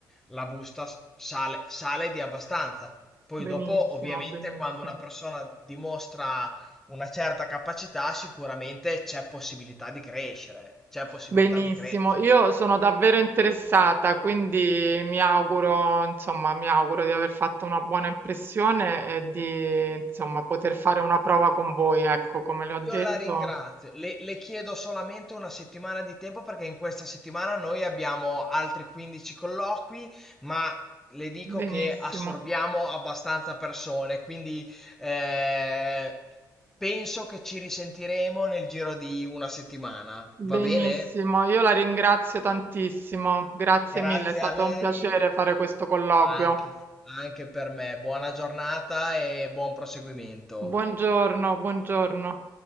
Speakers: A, in the centre; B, on the right.
A: la busta s- sale, sale di abbastanza. Poi
B: benissimo,
A: dopo, ovviamente,
B: benissimo.
A: quando una persona dimostra una certa capacità, sicuramente c'è possibilità di crescere, c'è possibilità
B: Benissimo,
A: di crescere.
B: io sono davvero interessata, quindi mi auguro, insomma, mi auguro di aver fatto una buona impressione e di, insomma, poter fare una prova con voi, ecco, come le ho detto.
A: Io la ringrazio, le, le chiedo solamente una settimana di tempo perché in questa settimana noi abbiamo altri 15 colloqui, ma le dico
B: Benissimo,
A: che assorbiamo abbastanza persone, quindi eh, penso che ci risentiremo nel giro di una settimana, va
B: benissimo,
A: bene?
B: io la ringrazio tantissimo, grazie
A: Grazie
B: mille, è stato
A: a lei
B: un piacere fare questo colloquio.
A: anche anche per me. Buona giornata e buon proseguimento.
B: Buongiorno, buongiorno.